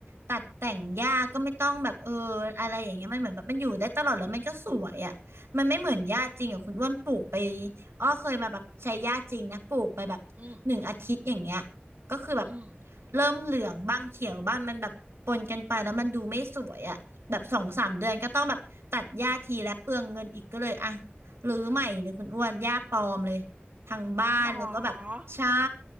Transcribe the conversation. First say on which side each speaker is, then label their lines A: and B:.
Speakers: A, on the right; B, on the right.
A: ตัดแต่งหญ้า ก็ไม่ต้องแบบเอออะไรอย่างเงี้ยมันเหมือนแบบมันอยู่ได้ตลอดแล้วมันก็สวยอะมันไม่เหมือนหญ้าจริงอะคุณอ้วนปลูกไปอ้อเคยมาแบบใช้หญ้าจริงนะปลูกไปแบบหนึ่งอาทิตย์อย่างเงี้ย
B: อืม
A: ก็คือแบบ
B: อืม
A: เริ่มเหลืองบ้างเขียวบ้างมันแบบปนกันไปแล้วมันดูไม่สวยอะแบบสองสามเดือนก็ต้องแบบตัดหญ้าทีและเปลืองเงินอีกก็เลยอะรื้อใหม่เลยคุณอ้วนหญ้าปลอมเลย ทางบ้านแล้วก็แบบใช่
B: หรอ